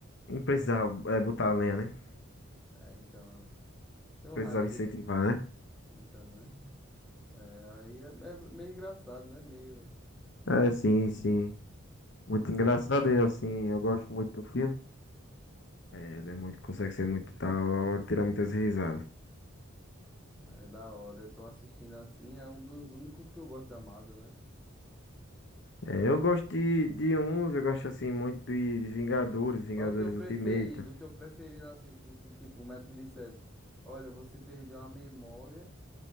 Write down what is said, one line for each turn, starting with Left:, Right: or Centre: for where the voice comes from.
Left: não precisava é, botar a lenha, né?
Centre: É, então. Tenho
Left: Precisava
Centre: raiva de.
Left: incentivar, né?
Centre: Então, né? É, aí é, é meio engraçado, né? Meio.
Left: É, sim, sim. Muito engraçado e assim, eu gosto muito do filme. É, ele é muito, consegue ser muito tal tirar muitas risadas.
Centre: É da hora. Eu tô assistindo assim, é um dos únicos que eu gosto da Marvel, né?
Left: É, eu gosto de, de uns, eu gosto assim muito de, de Vingadores, Vingadores
Centre: Qual é o teu preferido?
Left: Ultimate.
Centre: O teu preferido, assim, que se tipo o médico dissesse, olha, você perdeu a memória,